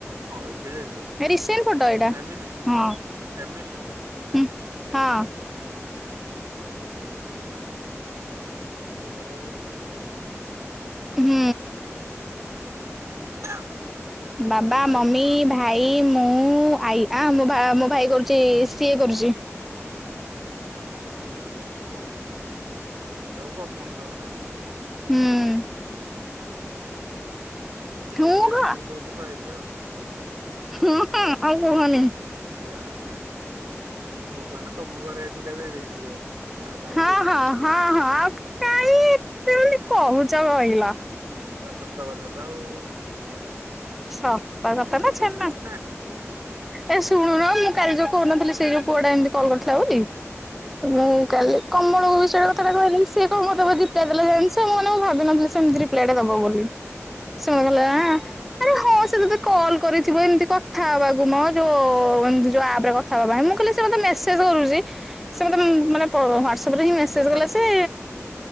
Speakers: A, on the right; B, in the centre.
A: ଏବେ ଯାଇଥିଲ
B: ରିସେଣ୍ଟ ଫଟୋ ଏଇଟା
A: ଫ୍ୟାମିଲି
B: ହଁ।
A: ଫ୍ୟାମିଲି
B: ହୁଁ ହଁ।
A: ଅ ଆଁ ସେ ବାବା ବାଉ ସମସ୍ତେ ଯାଇଚନ୍ତି ନାଇଁ ନା
B: ହୁଁ
A: <inaudible>
B: ବାବା
A: ତମ ଭାଇ
B: ମମି
A: କଣ ପଢାପଢି
B: ଭାଇ
A: କରୁଛନ୍ତି?
B: ମୁଁ ମୁଁ ଆଇ ଆ ମୋ ମୋ ଭାଇ କରୁଚି ସିଏ କରୁଚି।
A: ଓ କଉ ଆଉ ସବୁ କମର୍ସ ନାଇଁ କି।
B: ଉଁ
A: ଆଉ ମୁଣ୍ଡ
B: ହୁଁ
A: ବ୍ରେନ
B: ହଁ
A: ଗୋଟେ ଗୋଟେ ପାଇଚ ଆଉ।
B: ହୁଁ ହଁ ଆଉ କୁହନି।
A: <inaudible> ଭଗବାନ ତମ ଘରେ ଏକୁଟିଆ ଦେଇ ଦେଇଛନ୍ତି ବୋଧେ। ଆଉ କାହାକୁ
B: ହଁ
A: ଦେଇନାହାନ୍ତି।
B: ହଁ ହଁ ହଁ ଆଉ କାଇଁ ଏତେ ବୋଲି କହୁଚ କହିଲ।
A: ଆ ସତ କଥା ତ ଆଉ
B: ସତ
A: ଆମ
B: କଥା
A: ମୁଣ୍ଡରେ
B: ନା ଛେନା।
A: ତ କିଛି ନାହିଁ।
B: ଏ ଶୁଣୁନ ମୁଁ କାଲି ଯୋଉ କହୁ ନଥିଲି ସେଇ ଯୋଉ ପୁଅଟା ଏମତି କଲ କରିଥିଲା ବୋଲି -
A: ହଁ
B: ମୁଁ
A: ହଁ
B: କାଲି କମଳକୁ ବିଷୟ କଥାଟା କହିଲି ସିଏ କ ମୁଁ ତବ
A: ହୁଁ ହୁଁ
B: ରେପ୍ଲାୟେ ଦେଲା ଜଣିିଚ ମୁଁ ମାନେ ମୁଁ ଭାବିନଥିଲି
A: ହୁଁ
B: ସେ ଏମତିି ରିପ୍ଲାଏ ଟା ଦବ ବୋଲି।
A: ହୁଁ ହୁଁ
B: ଶୁଣ
A: ହୁଁ
B: କଲା ଆଁ ଆରେ ହଁ ସେ ତତେ କଲ କରିଥିବ ଏମିତି କଥା ହବାକୁ ମ ଯୋଉ ଏମତି ଯୋଉ ଆପରେ କଥା ହବା ପାଇଁ, ମୁଁ କହିଲି ସେ ମତେ ମେସେଜ କରୁଚି - ସେ ମତେ ମାନେ ପ ହ୍ଵାଟସପରେ ହିଁ ମେସେଜ
A: ହଉ ଛାଡ
B: କଲା
A: ଶୁଣୁ
B: ଯେ,
A: ଶୁଣୁ ଶୁଣୁ